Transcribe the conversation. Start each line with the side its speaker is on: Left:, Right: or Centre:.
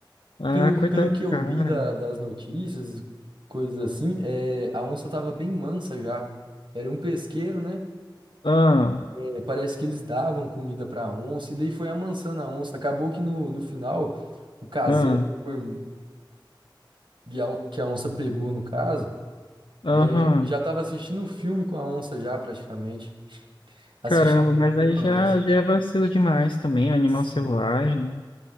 Left: Ah,
Right: Pelo,
Left: coitado
Right: pelo que
Left: do
Right: eu
Left: cara.
Right: li da- das notícias, coisas assim, é, a onça tava bem mansa já. Era um pesqueiro, né?
Left: Ah,
Right: E, é, parece que eles davam comida para onça, e daí foi amansando a onça. Acabou que no, no final, o caseiro
Left: ah,
Right: que foi- um, que a on- que a onça pegou, no caso,
Left: aham.
Right: é, já estava assistindo um filme com a onça, já praticamente. Assistindo
Left: Caramba,
Right: TV
Left: mas aí
Right: com
Left: já,
Right: a onça.
Left: já é vacilo demais também, animal
Right: Sim.
Left: selvagem.